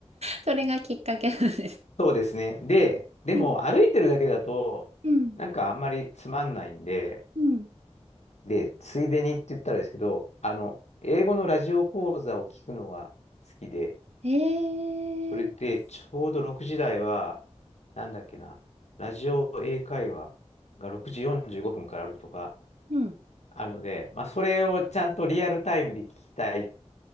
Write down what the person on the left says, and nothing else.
そうですね。で、でも歩いてるだけだと、
なんかあんまりつまんないんで、
で、ついでにって言ったらですけど、あの、英語のラジオ講座を聞くのが好きで、
それでちょうど6時台は、なんだっけな、ラジオ英会話が6時45分からあるとか
あるので、まあ、それをちゃんとリアルタイムで聞きたいっ